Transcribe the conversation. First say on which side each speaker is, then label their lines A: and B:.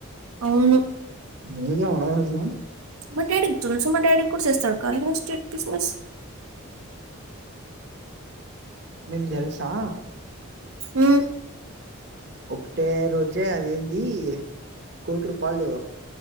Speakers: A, on the right (about 80°); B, on the right (about 50°).
A: అవును
B: మీకేముండదు అసల్
A: మా డాడీకి చులుసు మా డాడీ కూడా చేస్తారు. కార్య ఎస్టేట్ బిజినెస్
B: మేమ్ దెల్సా
A: ఉమ్మ్
B: ఒకటే రోజే అదేంది కోట్ రూపాయలు